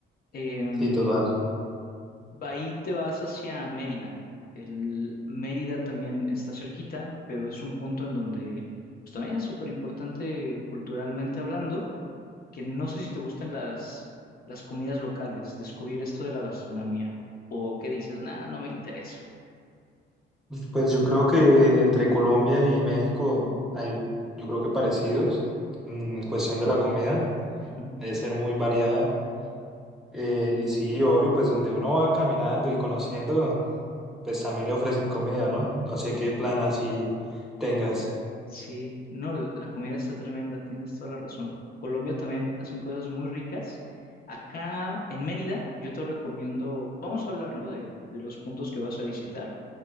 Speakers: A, on the left; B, in the centre.
A: Em,
B: sí, total.
A: ahí te vas hacia Mérida. El Mérida también está cerquita, pero es un punto en donde pues, también es súper importante culturalmente hablando. que no sé si te gustan las, las comidas locales, descubrir esto de la gastronomía, o qué dices, nada, no me interesa.
B: Pues yo creo que entre Colombia y México hay, yo creo que parecidos mm, en cuestión de la comida,
A: Ujú.
B: debe ser muy variada. Eh, y sí, obvio, pues donde uno va caminando y conociendo, pues también le ofrecen comida, ¿no? No sé qué plan así tengas.
A: Sí, no, la la comida está tremenda, tienes toda la razón. Colombia también hacen cosas muy ricas. Acá en Mérida, yo te recomiendo, vamos a hablar, ¿no? De, de los puntos que vas a visitar.